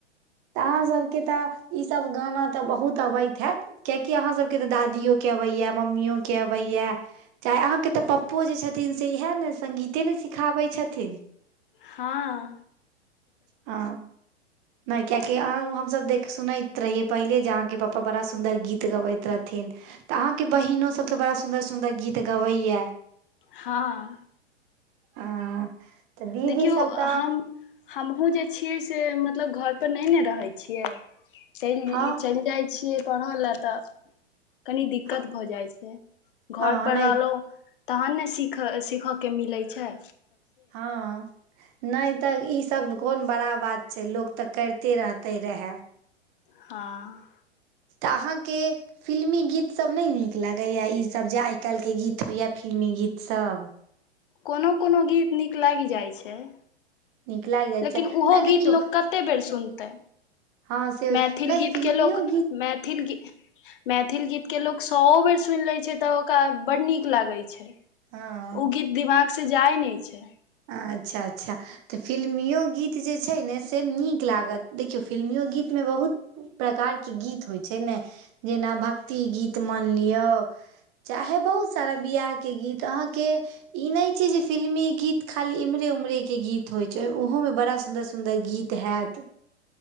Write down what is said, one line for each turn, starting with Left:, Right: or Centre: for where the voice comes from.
Right: तऽ अहाँ सबके तऽ ई सब गाना तऽ बहुत अबति हति कियाकि अहाँ सभके तऽ दादियो के अबैया मम्मियो के अबैया चाहे अहाँके तऽ पप्पो जे छथिन से इएह ने संगिते ने सिखाबै छथिन
Left: हं
Right: ह नय कियाकि अंहु हम सब देख सुनति रहियै पहिले जे आहाँ के पपा बड़ा सुन्दर गीत गबति रहथिन तऽ अहाँके बहिनो सब त बड़ा सुन्दर सुन्दर गीत गबैया
Left: हां
Right: आ तऽ दीदी
Left: देखियौ
Right: सब त
Left: हम हमहूँ जे छियै से मतलब घर पर नय ने रहै छियै चलि
Right: हँ
Left: ई चलि जाइ छियै पढ़ लेऽ तऽ कनी दिक्कत
Right: हँ
Left: भऽ जाइ छै घर
Right: हँ
Left: पर
Right: नहि
Left: रहलौ तहन न सीखऽ सीखऽके मिलै छयि
Right: हं नय तऽ ई सब कोन बड़ा बात छै लोक तऽ कैरते रहतै रेहे
Left: हं
Right: तऽ आहाँके फिल्मी गीत सब नय नीक लागैया इ सब जे आय कलि के गीत होय या फिल्मी गीत सब
Left: कोनो कोनो गीत नीक लगि जाय छय
Right: नीक लागि जाइ
Left: लेकिन
Right: छै
Left: ओहो
Right: नहि देखियौ
Left: गीत लोक कते बेर सुनतै
Right: हँ से
Left: मैथिल
Right: नहि
Left: गीत
Right: फिल्मियो
Left: के लोक
Right: गीत
Left: मैथिल गीत मैथिल गीत के लोक सौ वो बेर सुुइन लैय छै तऽ ओकरा बड नीक लागै छय
Right: हँ
Left: उ गीत दिमाग से जाय नय छय
Right: अच्छा अच्छा तऽ फिल्मिओ गीत जे छै ने से नीक लागत देखियौ फिल्मिओ गीत मे बहुत प्रकार के गीत होय छै ने जेना भक्ति गीत मैनलियौ चाहे बहुत सारा बियाह के गीत आहाँ के इ नय छै जे फिल्मी गीत खाली एम्हरे ओम्हरे के गीत होय छै ओहो मे बड़ा सुन्दर सुन्दर गीत हेऽत